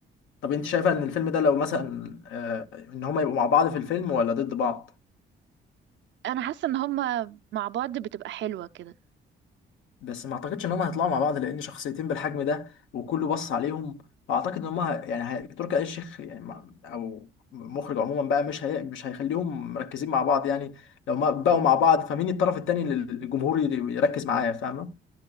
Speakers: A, on the left; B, on the right.
A: طب انت شايفه ان الفيلم ده لو مثلا آه، ان هما يبقوا مع بعض في الفيلم ولا ضد بعض
B: انا حاسة ان هما مع بعض بتبقى حلوة كده
A: بس ما اعتقدش ان هما هيطلعوا مع بعض لان شخصيتين بالحجم ده وكله بص عليهم فاعتقد ان هما ه- يعني هي- تركي آل الشيخ يعني ما- او مخرج عموما بقى مش هي... مش هيخليهم مركزين مع بعض يعني لو ما بقوا مع بعض فمين الطرف التاني اللي الجمهور ي- يركز معاه فاهمه